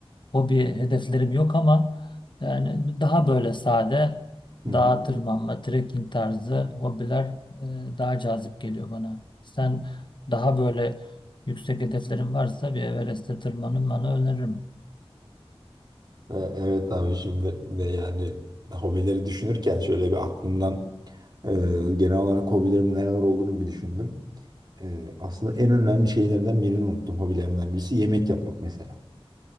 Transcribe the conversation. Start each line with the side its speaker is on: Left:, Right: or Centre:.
Left: hobi hedeflerim yok ama yani daha böyle sade
Right: Hı hı.
Left: dağa tırmanma, trekking tarzı hobiler e, daha cazip geliyor bana. Sen daha böyle yüksek hedeflerin varsa bir Everest'e tırmanın bana öneririm.
Right: E, Evet abi şimdi de yani hobileri düşünürken şöyle bir aklımdan e, genel olarak hobilerimin neler olduğunu bir düşündüm. E, aslında en önemli şeylerden birini unuttum hobilerimden birisi yemek yapmak mesela.